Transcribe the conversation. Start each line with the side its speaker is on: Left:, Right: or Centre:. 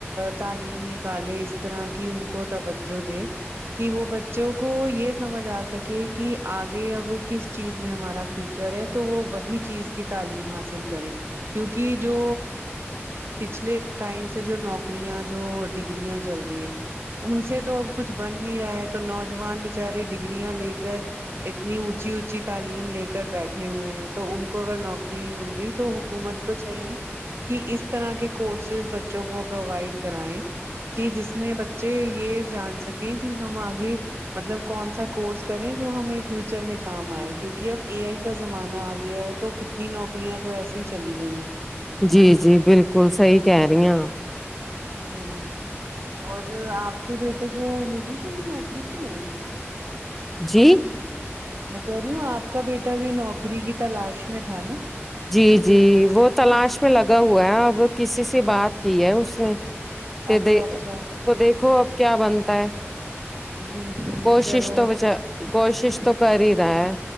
Right: تعلیم نکالے اس طرح کے کہ ان کو توجہ دے کہ وہ بچوں کو یہ سمجھ ا سکے کہ اگے اب کس چیز میں ہمارا فیوچر ہے تو وہ وہی چیز کی تعلیم حاصل کریں کیونکہ جو پچھلے ٹائم سے جو نوکریاں جو ڈگریاں چل رہی ہیں ان سے تو اب کچھ بن نہیں رہا ہے تو نوجوان بچارے ڈگرریاں لے کر اتنی اونچی اونچی تعلیم لے کر بیٹھے ہوئے ہیں تو ان کو اگر نوک ری مل رہی تو حکومت کو چاہیے کہ اس طرح کے کورسز بچوں کو پرووائڈ کرائیں کہ جس میں بچے یہ جان سکیں کہ ہم اگے مطلب کون سا کورس کریں جو ہمیں فیوچر میں کام ائے کیونکہ اب اے ائی کا زمانہ ا گیا ہے تو کتنی نوکریاں تو ایسسی ہی چلی گئی ہیں
Centre: جی جی بالکل صحیح کہہ رہی اپ
Right: جی اور اپ کے بیٹے کو ملی کہیں نوکری کے نہیں
Centre: جی
Right: میں کہہ رہی ہوں اپ کا بیٹا بھی نوکری کی تلاش میں تھا نا
Centre: جی جی وہ تلاش میں لگا ہوا ہے اب کسی سے بات کی ہے اس نے پ
Right: اچھا
Centre: د
Right: اچھا
Centre: تو دیکھو اب کیا بنتا ہے
Right: جی جی
Centre: کوشش
Right: چلو
Centre: تو بچار کوشش تو کر ہی رہا ہے